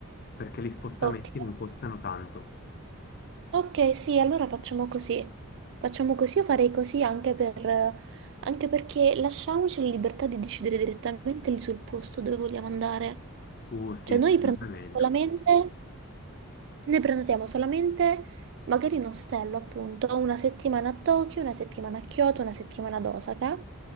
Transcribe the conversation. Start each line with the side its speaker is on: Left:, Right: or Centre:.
Left: perché gli spostamenti
Right: Ok.
Left: non costano tanto.
Right: Ok, sì, allora facciamo così. Facciamo così, io farei così anche per, anche perché lasciamoci la libertà di decidere direttamente lì sul posto dove vogliamo andare.
Left: Uh sì,
Right: Cioè noi
Left: secondo
Right: prendiamo
Left: me è meglio.
Right: con la mente. Noi prenotiamo solamente magari un ostello, appunto, una settimana a Tokyo, una settimana a Kyoto, una settimana ad Osaka